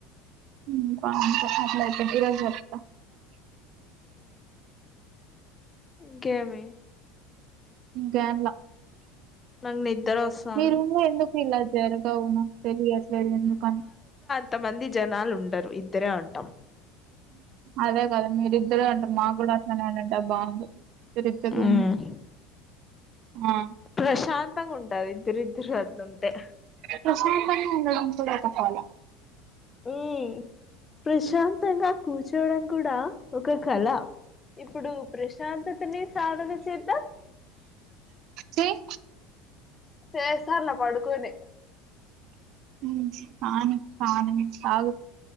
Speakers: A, on the right; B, on the left.
A: హ్మ్ <unintelligible> అయితే ఈ రోజు చెప్తా
B: ఇంకేమి
A: ఇంకేం ల
B: నాకు నిద్ర వస్తాంది
A: మీ రూమ్ లో ఎందుకు ఇలా జరగావు నాకు తెలియట్లేదు ఎందుకని
B: కొంతమంది జనాలు ఉండరు ఇద్దరే ఉంటాం
A: అదే కదా మీరిద్దరు అంటే మాకు కూడా ఇంక నేనుంటే బావుండు ఇద్దరిద్దరు రూమ్
B: ఉమ్
A: కి ఆ
B: ప్రశాంతంగా ఉంటాది ఇద్దరిద్దరు అట్లుంటే
A: ప్రశాంతంగా ఉండడం కూడా ఒక కళ
B: హ్మ్ ప్రశాంతంగా కూర్చోడం కూడా ఒక కళ ఇప్పుడు ప్రశాంతతని సాధన చేద్దాం
A: చెయ్.
B: చేసారులే పడుకొని
A: <unintelligible>